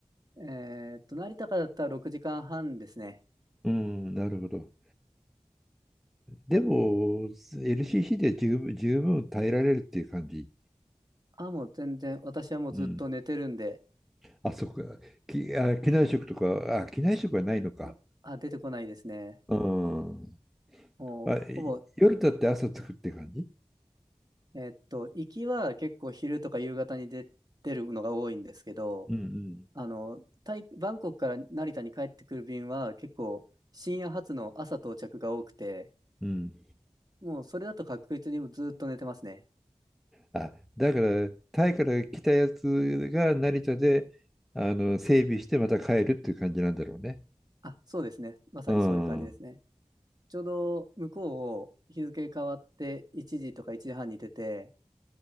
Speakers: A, on the right; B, in the centre.
A: えーっと、成田からだったら6時間半ですね。
B: うん、なるほど。でも、LCC で十分、十分耐えられるっていう感じ。
A: あ、もう全然、私はもうずっと寝てるんで、
B: うん。あ、そっか。き、あ、機内食とか、あ、機内食はないのか。
A: あ、あ出てこないですね。
B: うん。
A: もう、
B: あ、い夜だって朝作って感じ
A: ほぼ、えーっと、行きは結構昼とか夕方に出てるのが多いんですけど、
B: うん
A: あの、タイバンコクから成田に帰ってくる便は結構深夜発の朝到着が多くて、
B: うんうん
A: もうそれだと確実にずっと寝てますね。
B: あ、だから、タイから来たやつが成田で、あの、整備してまた帰るっていう感じなんだろうね。
A: あ、そうですね。まさにそういう感じですね。
B: うん。うん。
A: ちょうど向こうを日付変わって1時とか1時半に出て、